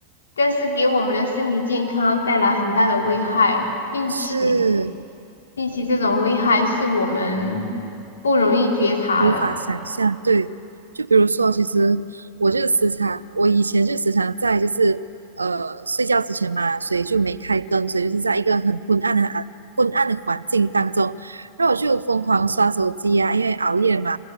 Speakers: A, on the left (about 70°); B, on the right (about 80°).
A: 但是给我们的身体健康带来很大的危害，并且
B: 是
A: 并且这种危害是我们不容易觉察的。
B: 无法想象。对，就比如说，其实我就时常，我以前就时常在就是呃睡觉之前嘛，所以就没开灯，所以就是在一个很昏暗的暗昏暗的环境当中，然后我就疯狂刷手机啊，因为熬夜嘛，